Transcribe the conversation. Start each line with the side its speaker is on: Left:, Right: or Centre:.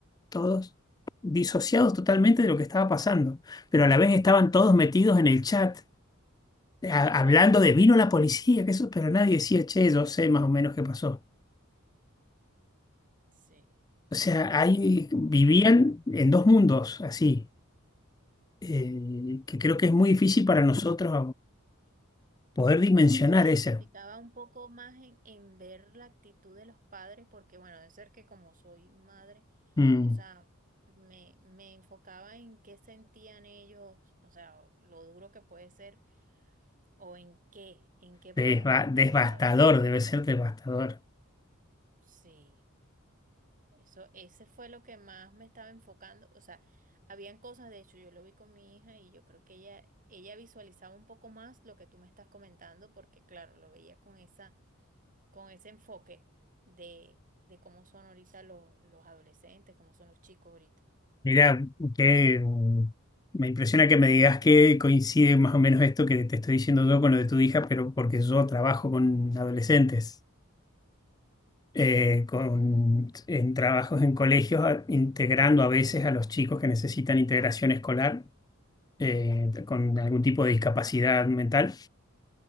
Left: Todos disociados totalmente de lo que estaba pasando, pero a la vez estaban todos metidos en el chat, a-
Right: Exacto.
Left: hablando de vino la policía, que eso, pero nadie decía, che, yo sé más o menos qué pasó.
Right: Sí.
Left: O sea, ahí vivían
Right: Yo,
Left: en dos mundos así, eh, que creo que es muy difícil para nosotros poder dimensionar
Right: yo me identificaba
Left: eso.
Right: un poco más en, en ver la actitud de los padres, porque bueno, de ser que como soy madre,
Left: Mm,
Right: o sea, me, me enfocaba en qué sentían ellos, o sea, lo duro que puede ser ¿O en qué? ¿En qué
Left: desva-
Right: pueden haber
Left: devastador,
Right: fallado?
Left: debe ser devastador.
Right: Sí, eso, ese fue lo que más me estaba enfocando. O sea, habían cosas, de hecho, yo lo vi con mi hija y yo creo que ella, ella visualizaba un poco más lo que tú me estás comentando, porque claro, lo veía con esa, con ese enfoque de, de cómo son ahorita los, los adolescentes, cómo son los chicos ahorita.
Left: Mira, que mm, me impresiona que me digas que coincide más o menos esto que te estoy diciendo yo con lo de tu hija, pero porque yo trabajo con adolescentes, eh, con,
Right: Mm,
Left: en trabajos en colegios, a- integrando a veces a los chicos que necesitan integración escolar eh, con algún tipo de discapacidad mental,